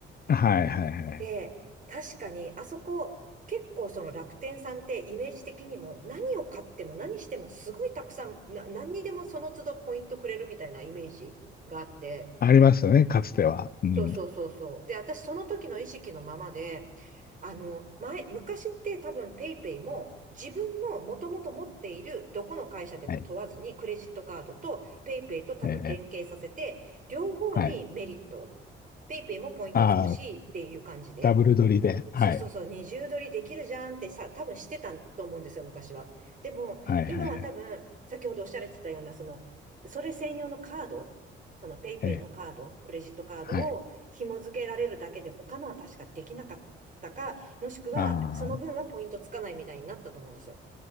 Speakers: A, on the left (about 50°); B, on the right (about 40°).
A: はいはいはい。
B: で、確かに、あそこ、結構その楽天さんってイメージ的にも何を買っても何してもすごいたくさん、な、何にでもその都度ポイントくれるみたいなイメージがあって、
A: ありましたね、かつては。うん。
B: そうそうそうそう。で、私その時の意識のままで、あの、前、昔って多分ペイペイも自分のもともと持っているどこの会社でも問わずにクレジットカードとペイペイと多分連携させて、
A: はいええ
B: 両方にメリット。
A: はい。
B: ペイペイもポイントつくしっていう感じで。
A: ああ、ダブル撮りで。
B: そうそうそう、
A: はい。
B: 二重撮りできるじゃんってさ、多分してたと思うんですよ、昔は。でも、
A: はいはいはい。
B: 今は多分、先ほどおっしゃられてたような、その、それ専用のカード、そのペイペイのカード、
A: ええ
B: クレジットカードを紐付けられるだけで、
A: はい。
B: 他のは確かできなかったか、もしくは、
A: ああ、
B: その分はポイントつかないみたいになったと思うんですよ。